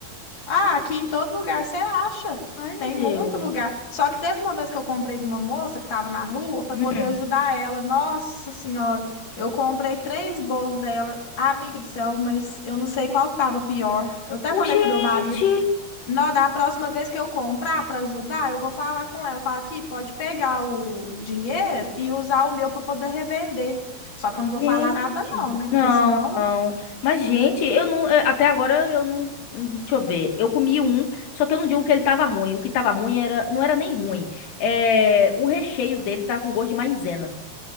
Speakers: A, on the left (about 30°); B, on the left (about 80°).
A: Ah, aqui em todo lugar você acha.
B: Ai, meu
A: Tem
B: Deus.
A: muito lugar. Só que teve uma vez que eu comprei de uma moça que estava na rua para
B: Hum.
A: poder ajudar ela. Nossa Senhora, eu comprei três bolos dela. Amiga do céu, mas eu não sei qual que estava pior. Eu até
B: Ô,
A: falei
B: gente!
A: com meu marido, não, da próxima vez que eu comprar para ajudar, eu vou falar com ela, falar aqui, pode pegar o dinheiro e usar o meu para poder revender. Só que eu não vou
B: Gente.
A: falar nada não, né? Porque
B: Não,
A: senão,
B: não. Mas, gente, eu não. é, Até agora eu não. hum, Deixa eu ver. Eu comi um, só que eu não digo que ele tava ruim. O que tava ruim era, não era nem ruim. É, o recheio dele tava com gosto de maisena.